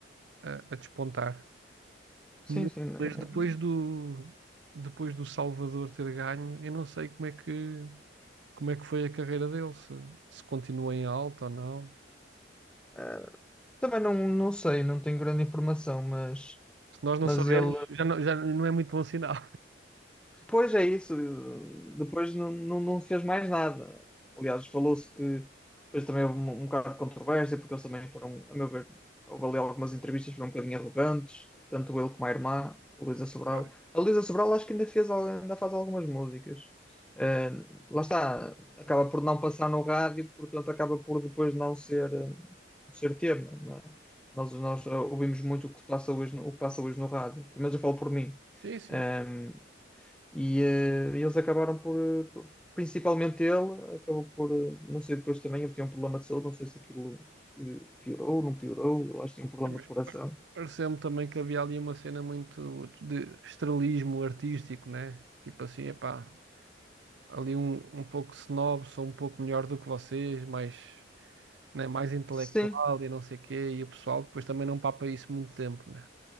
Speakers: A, on the right; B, in the centre.
A: a, a despontar.
B: Sim,
A: Mas,
B: sim. né.
A: mas depois do, depois do Salvador ter ganho, eu não sei como é que, como é que foi a carreira dele, se, se continua em alta ou não.
B: Ah, Também não, não sei, não tenho grande informação, mas,
A: Se nós não
B: mas
A: sabemos,
B: ele.
A: já não, já não é muito bom sinal.
B: Pois é isso. Depois não, não, não fez mais nada. Aliás, falou-se que depois também houve um, um bocado de controvérsia, porque eles também foram, a meu ver, houve ali algumas entrevistas que foram um bocadinho arrogantes, tanto ele como a irmã, a Luísa Sobral.
A: <laughs>
B: A Luísa Sobral acho que ainda, fez, ainda faz algumas músicas. Uh, lá está, acaba por não passar no rádio, portanto acaba por depois não ser, eh, ser tema Não é? Nós, nós ouvimos muito o que passa hoje, no- o que passa hoje no rádio, pelo menos eu falo por mim.
A: Sim, sim.
B: Um, e eh, eles acabaram por, eh, principalmente ele, acabou por, eh, não sei, depois também ele tinha um problema de saúde, não sei se aquilo eh, piorou, não piorou, eu acho que tinha um problema
A: É, mas
B: de coração.
A: Pareceu-me também que havia ali uma cena muito de estrelismo artístico, né? Tipo assim, epá, ali um, um pouco snob, sou um pouco melhor do que vocês, mais, né, mais intelectual
B: Sim,
A: e não sei o quê, e o pessoal depois também não papa isso muito tempo, né?